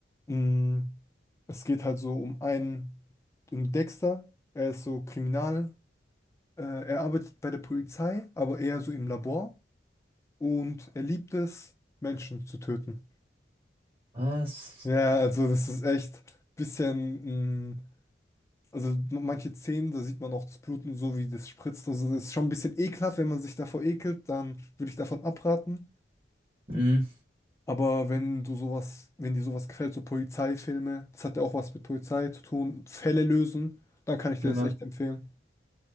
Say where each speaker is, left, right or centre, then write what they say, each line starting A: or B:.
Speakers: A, on the left; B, on the right.
A: Mm, es geht halt so um einen, um Dexter. Er ist so Kriminal. Äh, er arbeitet bei der Polizei, aber eher so im Labor. und er liebt es, Menschen zu töten.
B: Was?
A: Ja, also das ist echt ein bisschen, mm, also manche Szenen, da sieht man auch das Bluten so, wie das spritzt. Also das ist schon ein bisschen ekelhaft, wenn man sich davor ekelt, dann würde ich davon abraten.
B: Hm.
A: Aber wenn du sowas, wenn dir sowas gefällt, so Polizeifilme, das hat ja auch was mit Polizei zu tun, Fälle lösen, dann kann ich dir
B: Ja.
A: das echt empfehlen.